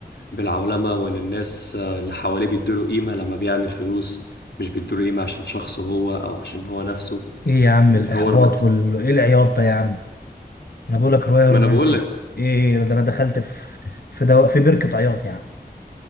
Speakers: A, on the left; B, on the left.
A: بالعولمة وإن الناس آه، اللي حواليه بيدوله قيمة لما بيعمل فلوس مش بيدوله قيمة عشان شخصه هو أو عشان هو نفسه
B: ايه يا عم
A: مش
B: الاحباط
A: هو لما ت...
B: وال ايه العياط ده يا عم انا بقول لك روايه
A: ما
B: رومانسي
A: أنا بقول لك
B: ايه ده انا دخلت في في دو... في بركه عياط يا عم